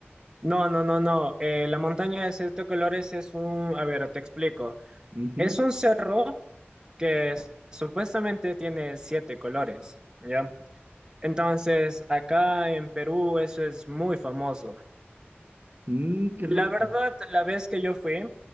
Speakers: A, on the right; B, on the right.
A: No, no, no, no. Eh, la montaña de siete colores es un, a ver, te explico.
B: Ujú.
A: Es un cerro que s- supuestamente tiene siete colores, ¿ya? Entonces, acá en Perú eso es muy famoso.
B: Mm, qué
A: La
B: loco.
A: verdad, la vez que yo fui,